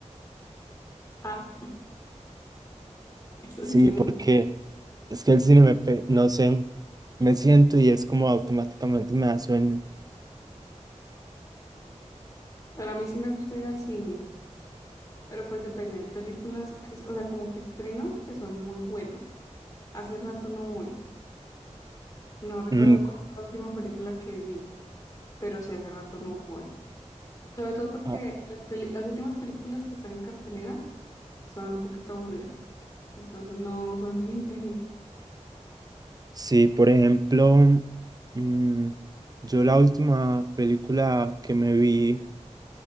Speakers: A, on the left; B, on the right.
A: Ah, <laughs> eso
B: sí,
A: dice mucho.
B: porque es que el cine me, pe- no sé, me siento y es como automáticamente me da sueño.
A: Claro, a mí sí me gusta ir al cine, pero pues depende. Hay películas, es- o sea, como que estrenos que son muy buenos. Hace rato no voy. No recuerdo
B: Mm,
A: cuál fue la última película que vi, pero sí hace rato no voy. Sobre todo porque
B: ah,
A: las, peli- las últimas películas que están en cartelera son un poquito aburridas, entonces no son de mi interés.
B: sí, por ejemplo, mm, yo la última película que me vi,